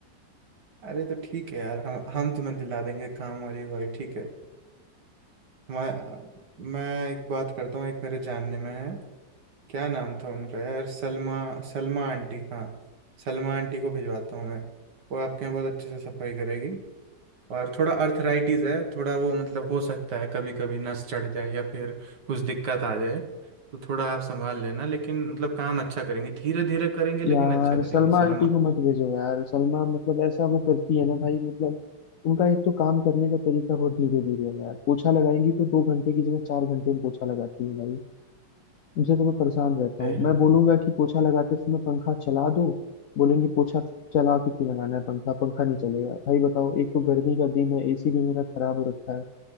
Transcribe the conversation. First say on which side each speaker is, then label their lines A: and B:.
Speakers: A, on the right (about 65°); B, on the left (about 75°).
A: अरे तो ठीक है यार हम हम तुम्हें दिला देंगे काम वाली भाई ठीक है मैं मैं एक बात करता हूँ एक मेरे जानने में है क्या नाम था उनका यार सलमा सलमा आंटी हाँ सलमा आंटी को भिजवाता हूँ मैं वो आपके यहाँ बहुत अच्छे से सफाई करेगी और थोड़ा अर्थराइटिस है थोड़ा वो मतलब हो सकता है कभी कभी नस चढ़ जाए या फिर कुछ दिक्कत आ जाए तो थोड़ा आप संभाल लेना लेकिन मतलब काम अच्छा करेंगे धीरे धीरे करेंगे
B: यार
A: लेकिन अच्छा करेंगे
B: सलमा
A: सलमा
B: आंटी को मत भेजो यार सलमा मतलब ऐसा वो करती है ना भाई मतलब उनका एक तो काम करने का तरीका बहुत धीरे धीरे है यार पोछा लगाएंगी तो दो घंटे की जगह चार घंटे में पोछा लगाती है भाई उनसे तो मैं परेशान रहता
A: अरे
B: हूँ
A: यार
B: मैं बोलूंगा कि पोछा लगाते समय पंखा चला दो बोलेंगी पोछा चला के क्यों लगाना है पंखा पंखा नहीं चलेगा भाई बताओ एक तो गर्मी का दिन है एसी भी मेरा खराब हो रखा है